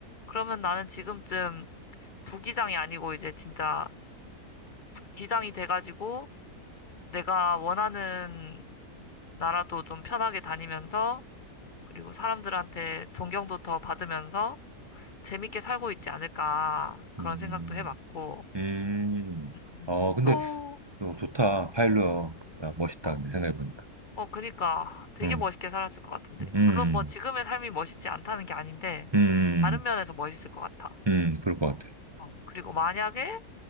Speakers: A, on the left; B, on the right.
A: 그러면 나는 지금쯤 부기장이 아니고 이제 진짜 기장이 돼가지고 내가 원하는 나라도 좀 편하게 다니면서, 그리고 사람들한테 존경도 더 받으면서 재밌게 살고 있지 않을까. 그런
B: 음,
A: 생각도 해봤고,
B: 음.
A: 음,
B: 어, 근데,
A: 또,
B: 어, 좋다. 파일럿. 야, 멋있다.
A: 어,
B: 근데 생각해보니까.
A: 어, 그니까 되게
B: 음,
A: 멋있게 살았을 것 같은데.
B: 음,
A: 물론 뭐 지금의 삶이 멋있지 않다는 게 아닌데,
B: 음,
A: 다른 면에서 멋있을 것 같아.
B: 음, 그럴 것 같아.
A: 어, 그리고 만약에